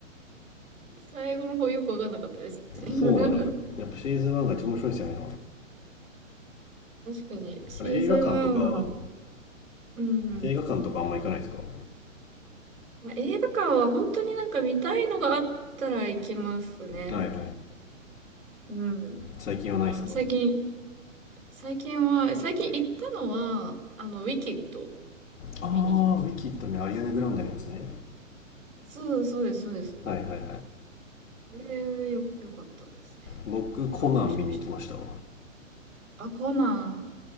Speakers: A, on the right; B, on the left.
A: 最後の方よくわかんなかったです。<laughs> 確
B: そうなのよやっぱシーズン1が一番面白いんですよね
A: かに。シーズン1は、
B: あれ映画館とか
A: うん。
B: 映画館とかあんま行かないですかは
A: まあ映画館は本当になんか見たいのがあったら行きますね。
B: いはいはい
A: うん。
B: 最近はないですか
A: あの、最近、最近は、最近行ったのは、あの、ウィキッド
B: ああウィキッドねアリアナ・
A: 見に行きました。
B: グランデのやつね
A: そうそうです、そうです。
B: はいはいはい
A: これ、よ、よかったですね。
B: 僕コナン見に行きましたわ
A: 結構感動しました。あ、コナン、